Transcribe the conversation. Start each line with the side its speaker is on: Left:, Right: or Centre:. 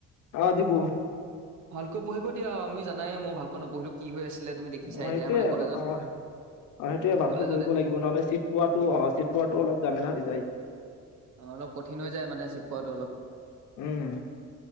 Left: অ দিবো।
Right: ভালকৈ পঢ়িব দিয়া আমি জানাই মই ভালকৈ নপঢ়িলো। কি হৈ আছিলে তুমি দেখিছা
Left: অ
Right: এতিয়া
Left: সেইটোৱে
Right: মানে কলেজত
Left: অ, অ সেইটোয়ে ভালকে
Right: কলেজত
Left: পঢ়িব
Right: এদিন,
Left: লাগিব নহলে চিট পোৱাটো অ চিট পোৱাতো অলপ জামেলা হৈ যায়।
Right: অ অলপ কঠিন হৈ যায় মানে চিট পোৱাটো অলপ।
Left: উম